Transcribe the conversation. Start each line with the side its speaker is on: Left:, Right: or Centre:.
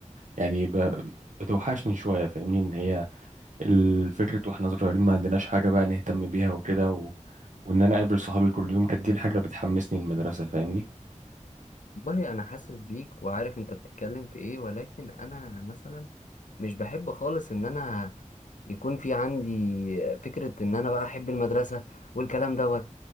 Right: يعني ب... بتوحشني شوية فاهمني إن هي الفكرة وإحنا صغيرين ما عندناش حاجة بقى نهتم بيها وكده و... وإن أنا أقابل صحابي كل يوم كانت دي الحاجة اللي بتحمسني المدرسة فاهمني
Left: والله انا حاسس بيك وعارف انت بتتكلم في ايه ولكن انا مثلا مش بحب خالص ان انا يكون في عندي فكرة ان انا بقى احب المدرسة والكلام ده